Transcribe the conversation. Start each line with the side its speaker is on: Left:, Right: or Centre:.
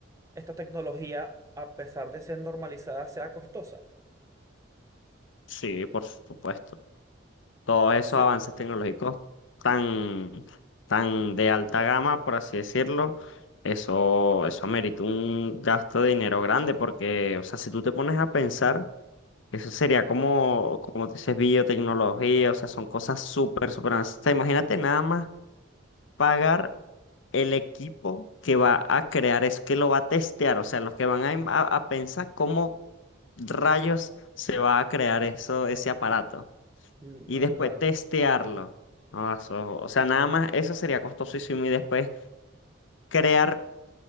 Right: esta tecnología, a pesar de ser normalizada, sea costosa?
Left: Sí, por supuesto. Todos esos
Right: Sí.
Left: avances tecnológicos tan, tan de alta gama, por así decirlo, eso, eso amerita un gasto de dinero grande, porque, o sea, si tú te pones a pensar, eso sería como, como te dices, biotecnología, o sea, son cosas súper, súper avanzadas. Imagínate nada más pagar. el equipo que va a crear es que lo va a testear, o sea, los que van a, im- a- a pensar cómo rayos se va a crear eso, ese aparato
Right: Mm,
Left: y
Right: oh,
Left: después
Right: claro.
Left: testearlo. Ah, eso- o sea, nada más eso sería costosísimo y después crear